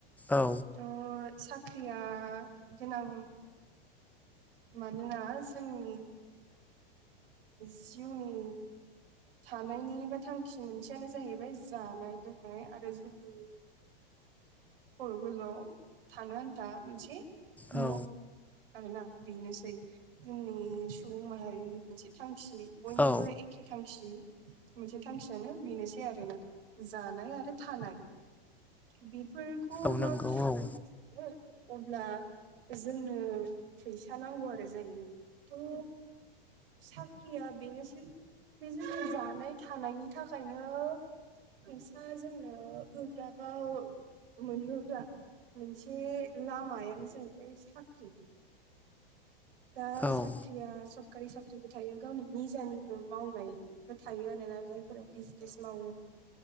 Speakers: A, in the centre; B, on the right (about 70°).
A: औ।
B: ओ साख्रिया गोनां मानोना जोंनि जिउनि थानायनि बा थांखि मोनसेयानो जाहैबाय जानाय लोंनाय आरो जोंनि खर' गोलौआव थानो आन्था मोनसे
A: औ
B: न' आरोना बेनोसै जोंनि सुबुं माहारिनि मोनसे थांखि बयनिबो
A: औ
B: एख खे थांखि मोनसे थांखियानो बेनोसै आरोना जानाय आरो थानाय। बेफोरखौ
A: औ
B: नांगौ
A: नंगौ औ
B: <unintelligible> अब्ला जोंनो फैसा नांगौ आरो जायना थ' साख्रिया बेनोसै बे जोंनि जानाय थानायनि थाखायनो फैसा जोंनो होग्राबाव ‌ मोनहोग्रा मोनसे लामायानो जाहैबाय साख्रि। दा सा
A: औ
B: ख्रिया सरकारि साख्रिबो थायो गावनि निजानिबो मावनायबो थायो आरो ना जाय फोर बिजनेस मावो